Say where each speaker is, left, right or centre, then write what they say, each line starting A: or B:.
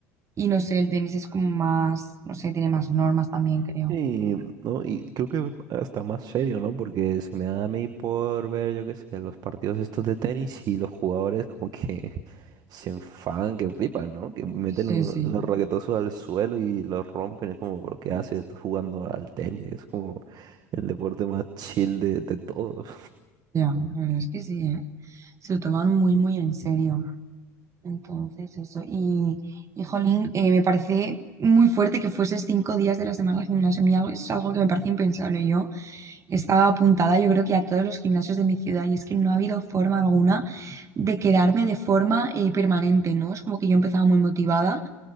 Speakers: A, on the right; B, on the right.
A: y no sé, el tenis es como más, no sé, tiene más normas también, creo.
B: Sí, ¿no? Y creo que hasta más serio, ¿no? Porque se me da a mí por ver, yo qué sé, los partidos estos de tenis y los jugadores como que <laughs> se enfadan, que flipan, ¿no? Que meten
A: Sí,
B: lo-
A: sí,
B: los raquetazos al suelo y los rompen. Es como, ¿por qué haces? Estás jugando al tenis. Es como el deporte más chill de, de todos.
A: ya, la verdad es que sí, eh. Se lo toman muy, muy en serio. Entonces, eso. Y, y jolín, eh, me parece muy fuerte que fueses cinco días de la semana al gimnasio. A mí algo- es algo que me parece impensable. Yo estaba apuntada, yo creo que a todos los gimnasios de mi ciudad, y es que no ha habido forma alguna de quedarme de forma eh, permanente, ¿no? Es como que yo empezaba muy motivada